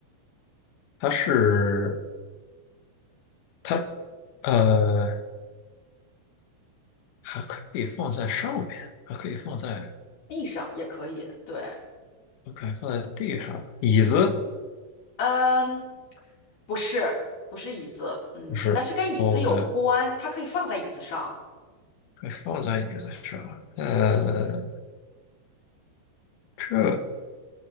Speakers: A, on the left (about 65°); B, on the left (about 45°).
A: 它是它呃还可以放在上面，还可以放在
B: 地上也可以。对，
A: ，OK，放在地上，椅子
B: 嗯，不是，不是椅子，嗯，
A: 就是
B: 但是跟椅子有关，
A: OK，
B: 它可以放在椅子上，
A: 还放在椅子上，呃，这。